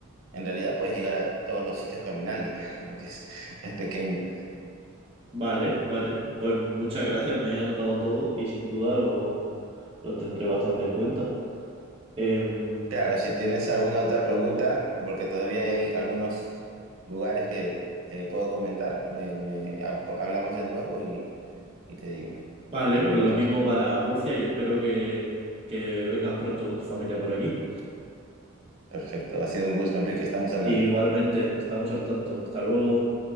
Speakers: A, on the right; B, on the right.
A: en realidad puedes llegar a todos los sitios caminando, <laughs> porque es, es pequeño.
B: Vale, vale. Pues muchas gracias, me he anotado todo y sin duda lo, lo tendré bastante en cuenta. Em,
A: Claro, si tienes alguna otra pregunta, porque todavía hay algunos lugares que te puedo comentar, me, me- hab- hablamos de nuevo y, y te digo.
B: vale,
A: ¿Está
B: pues
A: bien,
B: lo
A: Enrique?
B: mismo para Murcia y espero que, que vengas pronto con tu familia por aquí.
A: Perfecto, ha sido un gusto, Enrique, estamos hablando.
B: igualmente, estamos al tanto. Hasta luego.